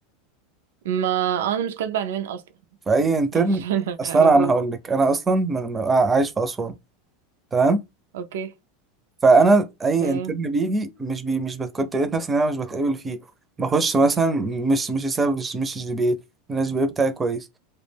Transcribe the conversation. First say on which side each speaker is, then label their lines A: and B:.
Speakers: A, on the right (about 80°); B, on the right (about 15°).
A: ما آه، انا مش كاتبة عنوان اصلا
B: في اي انترن
A: عشان <laughs> ما
B: اصلا
A: يعرفوش
B: انا هقول لك انا اصلا من- من- عايش في اسوان تمام
A: اوكي
B: فانا اي
A: تمام
B: انترن بيجي مش بي مش بت... كنت لقيت نفسي ان انا مش بتقابل فيه بخش مثلا مش مش سبب مش مش جي بي اي انا الجي بي اي بتاعي كويس